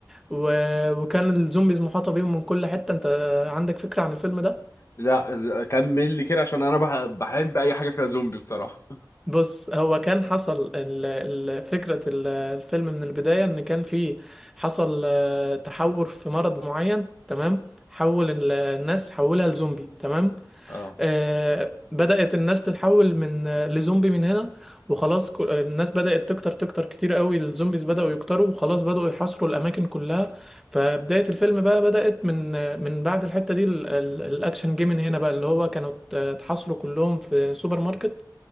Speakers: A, in the centre; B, on the left.
A: و... وكان الزومبيز محاطة بيهم من كل حتة انت عندك فكرة عن الفيلم ده
B: لا ز- كمل لي كده عشان انا بح- بحب اي حاجه فيها زومبي بصراحه
A: بص هو كان حصل ال... ال... فكرة ال... الفيلم من البداية ان كان في حصل آه، تحور في مرض معين تمام حول ال- الناس حولها لزومبي تمام
B: اه
A: آه، بدأت الناس تتحول من آه، لزومبي من هنا وخلاص ك- آه، الناس بدأت تكتر تكتر كتير قوي الزومبيز بدأوا يكتروا وخلاص بدأوا يحاصروا الأماكن كلها فبداية الفيلم بقى بدأت من آه، من بعد الحتة دي ال- ال- الأكشن جه من هنا بقى اللي هو كانوا ات- اتحاصروا كلهم في سوبر ماركت